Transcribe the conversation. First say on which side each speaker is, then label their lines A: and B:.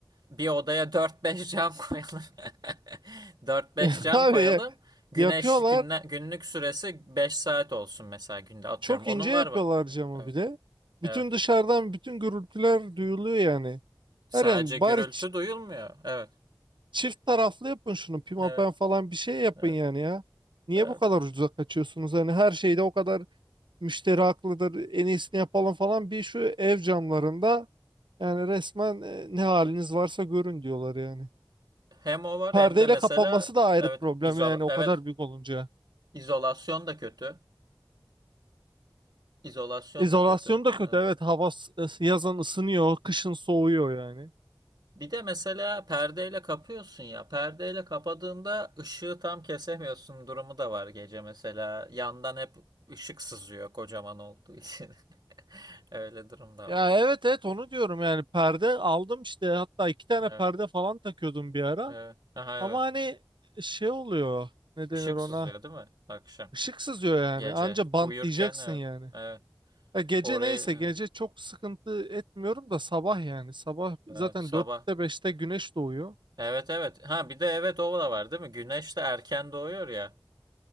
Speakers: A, on the right; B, on the right.
A: Bir odaya dört beş cam koyalım. <laughs> dört beş
B: <laughs>
A: cam
B: Abi
A: koyalım.
B: ya-
A: Güneş
B: yapıyorlar.
A: günle, günlük süresi 5 saat olsun mesela günde atıyorum.
B: Çok
A: Onun
B: ince yapıyorlar
A: var mı?
B: camı
A: Evet.
B: bile. Bütün
A: Evet.
B: dışarıdan bütün gürültüler duyuluyor yani.
A: Sadece
B: Her yani
A: gürültü
B: bari
A: duyulmuyor. Evet.
B: Çift taraflı yapın şunu. Pimapen
A: Evet.
B: falan bir şey yapın
A: Evet.
B: yani ya. Niye
A: Evet.
B: bu kadar ucuza kaçıyorsunuz? Hani her şeyde o kadar müşteri haklıdır. En iyisini yapalım falan. Bir şu ev camlarında yani resmen e, ne haliniz varsa görün diyorlar yani.
A: Hem o var
B: Perdeyle
A: hem de mesela
B: kapanması da ayrı
A: evet
B: problem
A: izola
B: yani o
A: evet
B: kadar büyük olunca.
A: izolasyon da kötü. İzolasyon
B: İzolasyon
A: da kötü.
B: da kötü.
A: Evet.
B: Evet hava s- ıs- yazın ısınıyor, kışın soğuyor yani.
A: Bir de mesela perdeyle kapıyorsun ya. Perdeyle kapadığında ışığı tam kesemiyorsun durumu da var gece mesela. Yandan hep ışık sızıyor kocaman olduğu için. <laughs> Öyle durum da
B: Ya
A: var.
B: evet evet onu diyorum yani perde aldım işte hatta iki tane
A: Evet,
B: perde falan takıyordum bir ara.
A: evet. Aha, evet.
B: Ama hani şey oluyor. Ne
A: Işık
B: denir ona?
A: sızıyor değil mi? Akşam.
B: Işık sızıyor yani.
A: Gece.
B: Anca bantlayacaksın
A: Uyurken evet.
B: yani.
A: Evet.
B: Ya gece
A: Orayı
B: neyse
A: evet.
B: gece çok sıkıntı etmiyorum da sabah yani. Sabah
A: Evet,
B: zaten
A: sabah.
B: dörtte beşte güneş doğuyor.
A: Evet evet. Ha bir de evet o da var değil mi? Güneş de erken doğuyor ya.